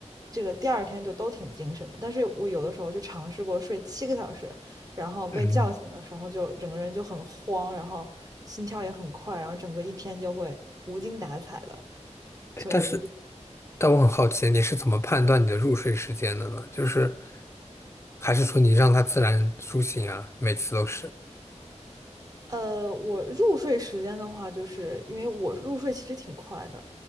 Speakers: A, on the right; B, on the left.
A: 这个第二天就都挺精神的。但是我有的时候就尝试过睡七个小时，然后被叫醒的时候就整个人就很慌，
B: 嗯，
A: 然后心跳也很快，然后整个一天就会无精打采的。
B: 诶但是，
A: 所以我就一。
B: 但我很好奇，你是怎么判断你的入睡时间的呢？就是还是说你让它自然苏醒啊？每次都是，
A: 呃，我入睡时间的话，就是因为我入睡其实挺快的，